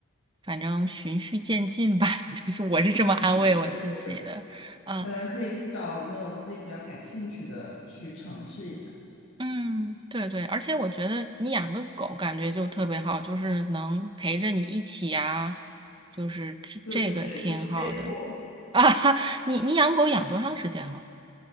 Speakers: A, on the right (about 20°); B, on the left (about 85°).
A: 反正循序渐进吧。<laughs> 就是我是这么安慰我自己的。
B: 嗯，对对对，
A: 啊，
B: 可能可以去找那种自己比较感兴趣的去尝试一下。
A: 嗯，对对。而且我觉得你养个狗感觉就特别好，就是能陪着你一起啊，就是这这个挺好的。
B: 对对对，就是被迫。
A: <laughs> 你你养狗养多长时间了？